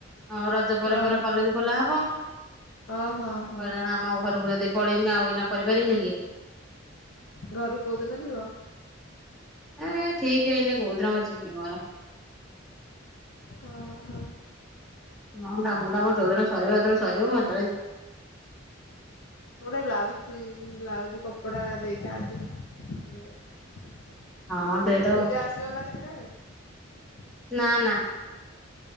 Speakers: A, in the centre; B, on the left (about 65°).
A: ହଁ ରଜ ପରେ
B: ଓହୋ
A: ପରେ କଲେଜ ଖୋଲା ହବ
B: ହଁ ହଁ
A: ଆଉ
B: ହଁ
A: କ ଆମ ଘରକୁ ଯଦି ଯଦି ପଳେଇମି ଆଉ ଏଇନା କରିପାରମି କି?
B: ଘରୁ କୋଉଦିନ ଯିବ
A: ଏ ଠିକ ହେଇନି କୋଉଦିନ ମୁଁଯିବି ମୋର
B: ଓହୋ
A: ହଁ କାମଦାମ ଯୋଉଦିନ ସରିବ ସେତେବେଳେ ସରିବ ମତେ
B: ଗୋଟେ ବ୍ଲାଉଜ ପିସ ବ୍ଲାଉଜ କ କପଡ଼ା ଦେଇଥାନ୍ତି ସିଲେଇ କରିବାକୁ
A: ହଁ ଦେଇଦବ
B: ପୂଜା ଆସିବ ନା ଚାରିଟା ବଳେ
A: ନା ନା